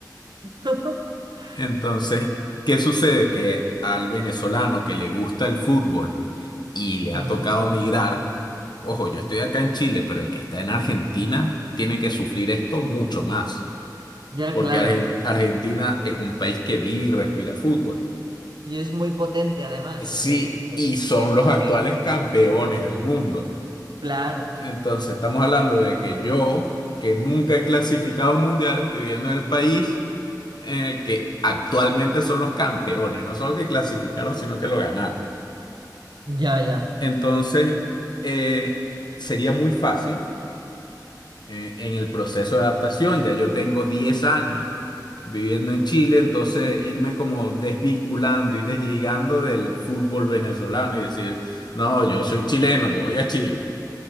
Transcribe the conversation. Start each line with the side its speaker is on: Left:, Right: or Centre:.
Right: <laughs>
Left: Entonces, ¿qué sucede? Que al venezolano que le gusta el fútbol y le ha
Right: Mm,
Left: tocado migrar, ojo, yo estoy acá en Chile, pero el que está en Argentina tiene que sufrir esto mucho más,
Right: ya,
Left: porque
Right: claro.
Left: Argen- Argentina es un país que vive y respira fútbol.
Right: Y es muy potente además
Left: Sí,
Right: en el, en
Left: y son
Right: el deporte.
Left: los actuales campeones del mundo.
Right: Claro.
Left: Entonces, estamos hablando de que yo, que nunca he clasificado un mundial, estoy viviendo en el país en el que actualmente son los campeones, no solo que clasificaron, sino que lo ganaron.
Right: Ya, ya.
Left: Entonces, eh, sería muy fácil eh, en el proceso de adaptación. Ya yo tengo 10 años viviendo en Chile, entonces irme como desvinculando y desligando del fútbol venezolano y decir, no, yo soy chileno, le voy a Chile.